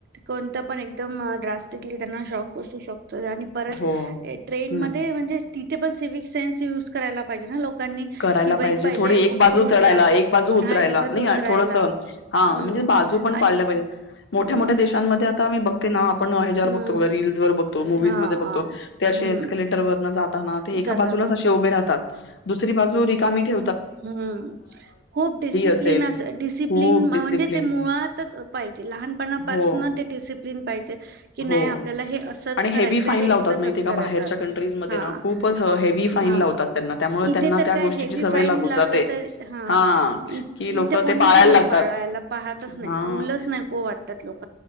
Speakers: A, on the right (about 55°); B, on the left (about 65°).
A: कोणता पण त्यांना जास्तीत शॉक बसतो. आणि परत
B: हो हम्म
A: ट्रेन मध्ये म्हणजे. तिथ पण सिव्ह से्स युज कराय पाहिजे लोकांनी.
B: करायला
A: कि बाई
B: पाहिजे
A: पहिले
B: थोडी
A: उतरू
B: एक बाजू चढायला
A: द्या
B: एक बाजू उतरायला
A: हा बस
B: नाही
A: उतरायला
B: थोडस हा
A: हम्म
B: म्हणजे बाजू पण पाडल्या
A: आणि
B: पाहिजे मोठ्या
A: हम्म
B: मोठ्या देशांमध्ये आता आम्ही बघ ते ना आप आपण हजार
A: हम्म
B: बघतो बघ रील् व बतो मूज
A: हा
B: मध्ये बघत
A: हा
B: तेे
A: हम्म
B: एक्लेटर वर्ण जातात. एका
A: जातात
B: बाजूलाच असेभे राहतात. दुरी बाजू रिकामी ठे
A: ह् खप डिसिप्लन
B: असेल
A: डिसिप्लन
B: खूप
A: म्हणजे
B: डिसिप्लिन.
A: मुळातच पाहिजे लहानपणापासून
B: हो,
A: ते डिसिप्लिन. क्लीन पाहिजे. की नाही
B: हो
A: आपल्याला हे असंच
B: आणि हेवी
A: करायचं
B: फाईन
A: हे
B: लावतात
A: तसंच
B: माहितीये का
A: करायचं
B: बाहेरच्या कंट्रीज मध्ये
A: हा.
B: खूपच हेवी फाईन
A: हा
B: लावतात त्यांना त्यामुळे
A: इथे
B: त्यांना
A: तर
B: त्या
A: काय
B: गोष्टीची
A: हेवी
B: सवय
A: फाईन
B: लागून
A: लावला
B: जाते.
A: तर ह
B: हां, की
A: इथे
B: लोकं
A: कोणीच
B: ते पाळायला
A: रूल
B: लागतात.
A: पाळायला पाहतच नाहीत
B: हां.
A: रूलच नाही को वाटतात लोक